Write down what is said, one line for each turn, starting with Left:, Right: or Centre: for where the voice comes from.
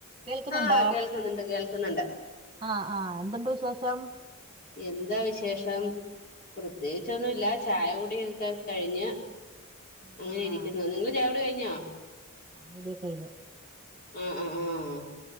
Right: കേൾക്കുന്നുണ്ടോ
Left: ആഹ് കേൾക്കുന്നുണ്ട് കേൾക്കുന്നുണ്ട്
Right: ആഹ് ആഹ് എന്തുണ്ട് വിശേഷം?
Left: എന്താ വിശേഷം പ്രത്യേകിച്ചൊന്നുമില്ല ചായ കുടി ഒക്കെ കഴിഞ്ഞ് അങ്ങനെ
Right: ആഹ്
Left: ഇരിക്കുന്നു നിങ്ങള് ചായൂടി കഴിഞ്ഞോ?
Right: ചായൂടിക്കെ കഴിഞ്ഞു
Left: ആഹ് ആഹ് ആഹ്